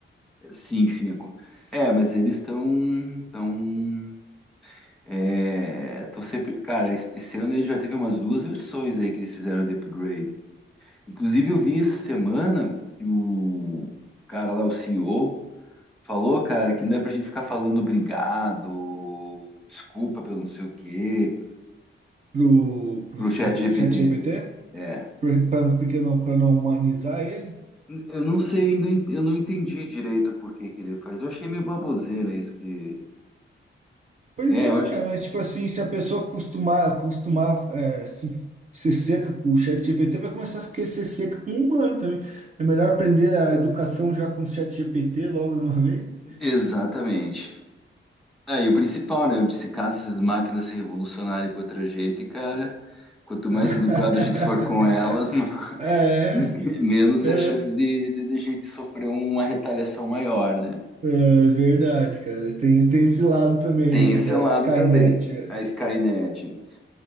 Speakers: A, in the centre; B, on the right (about 35°).
A: sim, sim. é co- é, mas eles estão. Tão, é, tão sempre. Cara, es- esse ano ele já teve umas duas versões aí que eles fizeram de upgrade. Inclusive, eu vi essa semana que o o cara lá, o CEO. Falou, cara, que não é pra gente ficar falando obrigado, desculpa pelo não sei o quê,
B: pro, pro,
A: pro chat
B: pro
A: GPT.
B: chat GPT,
A: É.
B: pra, pra, porque não, para não humanizar ele.
A: Eu não sei, não en- eu não entendi direito por que que ele faz. Eu achei meio baboseira isso que.
B: Pois
A: É,
B: é,
A: eu acho...
B: cara, mas tipo assim, se a pessoa acostumar, acostumar é, assim, ser seca com o chat GPT, vai começar a querer ser seca com o humano também. É melhor aprender a educação já com o chat GPT logo de uma vez. né?
A: Exatamente. Aí, o principal, né? Eu disse, caso essas máquinas se revolucionarem contra a gente, cara, quanto mais
B: <laughs>
A: educado a gente for com elas, <laughs>
B: É,
A: menos
B: é,
A: é a chance de, de, de a gente sofrer uma retaliação maior, né?
B: é verdade, cara. Tem, tem esse lado também,
A: Tem
B: né?
A: esse
B: Da
A: lado
B: Skynet.
A: também, a Skynet.